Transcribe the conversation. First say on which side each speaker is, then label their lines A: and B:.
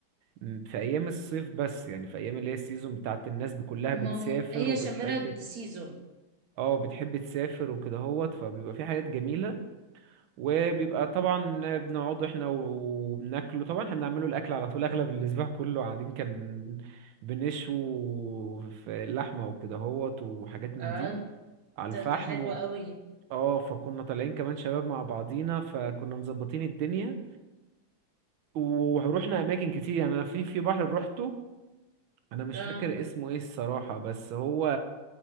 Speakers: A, on the right; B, on the right.
A: م- في ايام الصيف بس يعني في ايام اللي هي السيزون بتاعت الناس كلها بتسافر
B: ما هو- هي
A: وبتحب
B: عشان بلد سيزون
A: اه بتحب تسافر وكده هوت فبيبقى في حاجات جميلة وبيبقى طبعا بنقعد احنا وبناكله طبعا احنا بنعمله الاكل على طول اغلب الاسبوع كله قاعدين كان بنشوي في اللحمه وكده هوت وحاجات من
B: اه
A: دي على الفحم
B: ده ده حلو
A: و...
B: قوي
A: اه فكنا طالعين كمان شباب مع بعضينا فكنا مظبطين الدنيا ورحنا اماكن كتير يعني انا في في بحر روحته انا مش
B: اه
A: فاكر اسمه ايه الصراحه بس هو